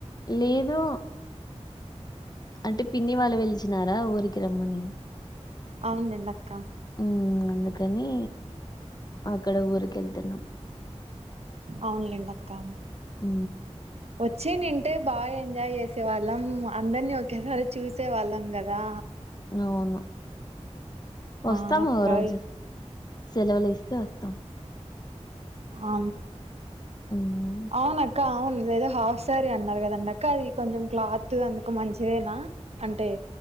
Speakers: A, on the left (about 35°); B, on the right (about 60°).
A: లేదు అంటే పిన్ని వాళ్ళు వెలిచినారా ఊరికి రమ్మని
B: అవునండి అక్క
A: మ్మ్ అందుకని అక్కడ ఊరిక వెళ్తున్నాం
B: అవునులేండి అక్కా
A: అ
B: వచ్చినుంటే బాగా ఎంజాయ్ చేసేవాళ్ళం అందరినీ ఒకేసారి చూసేవాళ్ళం కదా
A: అవును వస్తాము
B: ఆ అక్కాయ్
A: ఓ రోజు సెలవులు ఇస్తే వస్తాం
B: అ
A: మ్మ్
B: అవునక్క అవునుదో హఫ సరే అన్నారు కదండక్క అది కొంచెం క్లాత్ అందుకు మంచిదేనా అంటే